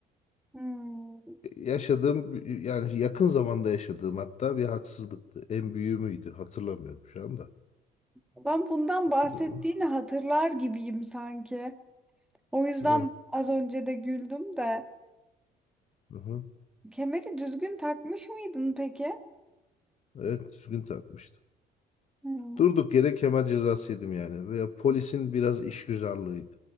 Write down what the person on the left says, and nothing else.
E, Yaşadığım yani yakın zamanda yaşadığım hatta bir haksızlıktı. En büyüğü müydü? Hatırlamıyorum şu anda.
du-
Evet,
hı hı.
Evet, düzgün takmıştım.
Durduk yere kemer cezası yedim yani. Veya polisin biraz işgüzarlığıydı.